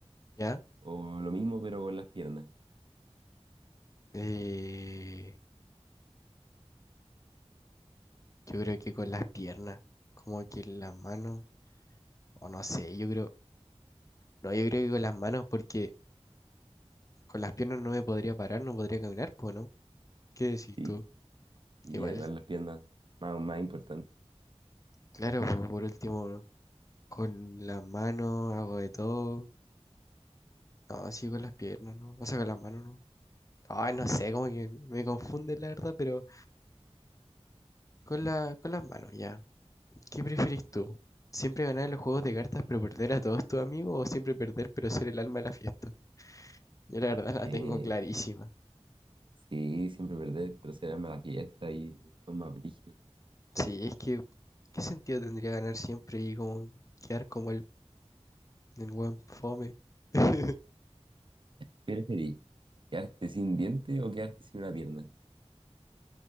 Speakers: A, on the left (about 30°); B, on the right (about 50°).
A: ¿Ya?
B: o lo mismo pero con las piernas. <laughs>
A: Eh, yo creo que con las piernas, como que las manos, o no sé, yo creo, no, yo creo que con las manos porque con las piernas no me podría parar, no podría caminar, pues, ¿no? ¿Qué decís
B: Sí,
A: tú?
B: y
A: Igual,
B: igual las piernas, más, más importante.
A: claro, pues, por último, ¿no? con las manos hago de todo. No, sí, con las piernas, ¿no? O sea, con las manos, ¿no? Ay, no sé, como que me confunde la verdad, pero con la, con las manos, ya. ¿Qué prefieres tú? ¿Siempre ganar en los juegos de cartas pero perder a todos tus amigos o siempre perder pero ser el alma de la fiesta? Yo la verdad <laughs> la
B: Eh,
A: tengo clarísima.
B: sí, siempre perder, pero será mala fiesta y son más brígidos.
A: Sí, es que ¿qué sentido tendría ganar siempre y como quedar como el, el buen fome? <laughs>
B: ¿Qué preferís? ¿Quedarte sin diente o quedarte sin una pierna?